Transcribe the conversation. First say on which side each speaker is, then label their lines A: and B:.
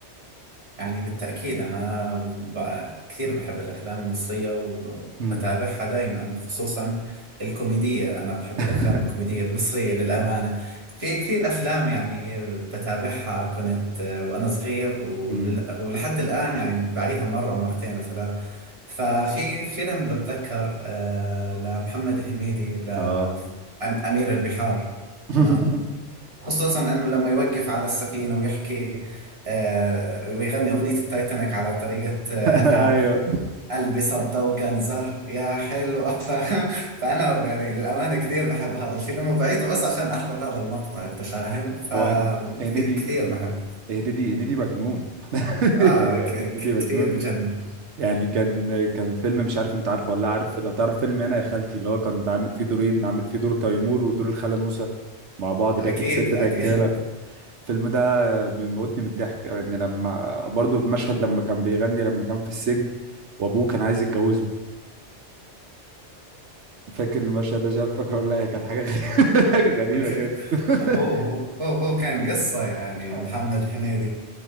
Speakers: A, on the right; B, on the right.
A: يعني بالتأكيد أنا ب- كثير بحب الأفلام المصرية وبتابعها
B: امم
A: دائما خصوصا الكوميدية أنا بحب
B: <laughs>
A: الأفلام الكوميدية المصرية للأمانة في كثير أفلام يعني بتابعها كنت وأنا صغير ولل...
B: امم
A: ولحد الآن يعني بعيدها مرة ومرتين وثلاث ففي فيلم بتذكر آه، لمحمد هنيدي
B: اه
A: لأمير البحار
B: <laughs>
A: تمام خصوصا انه لما يوقف على السفينه ويحكي آه، ويغني اغنيه التايتانيك على طريقه آه، انها
B: ايوه
A: قلبي صدق وجنزر يا حلو <laughs> فاهم فانا يعني للامانه كثير بحب هذا الفيلم وبعيده بس عشان احضر هذا المقطع انت فاهم فكثير
B: هو هن- هنيدي
A: كثير بحب
B: هنيدي هنيدي مجنون <laughs>
A: اه ك-
B: يعني هنيدي
A: ك-
B: مجنون
A: كثير بجنن
B: يعني كان كان الفيلم مش عارف انت عارفه ولا لا، عارف لو تعرف فيلم انا يا خالتي اللي هو كنت عامل فيه دورين عامل فيه دور تيمور ودور الخاله نوسه مع بعض اللي
A: اكيد
B: هي كانت ست دجاله
A: اكيد
B: الفيلم ده بيموتني من الضحك يعني لما برضه في مشهد لما كان بيغني لما كان في السجن وابوه كان عايز يتجوزه فاكر المشهد ده شاف فاكر ولا لا هي كانت حاجه غريبه <laughs> حاجه غريبه
A: <laughs>
B: كده <laughs>
A: هو هو هو هو كان قصه يعني
B: آه.
A: محمد هنيدي